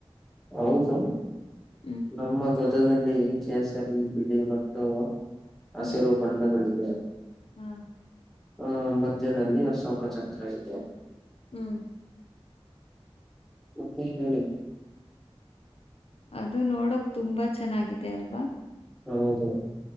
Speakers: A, in the centre; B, on the left.
A: ಹೌದು.
B: ಹ್ಮ್.
A: ನಮ್ಮ ಧ್ವಜದಲ್ಲಿ ಕೇಸರಿ ಬಿಳಿ ಮತ್ತು ಹಸಿರು
B: ಹ್ಮ್
A: ಬಣ್ಣಗಳಿವೆ.
B: ಹ್ಮ್.
A: ಆ ಮಧ್ಯದಲ್ಲಿ ಅಶೋಕ ಚಕ್ರ ಇದೆ.
B: ಹ್ಮ್.
A: ಮತ್ತೆ ಹೇಳಿ.
B: ಅದು ನೋಡೋಕ್ ತುಂಬಾ ಚೆನ್ನಾಗಿದೆ ಅಲ್ವಾ.
A: ಹೌದು.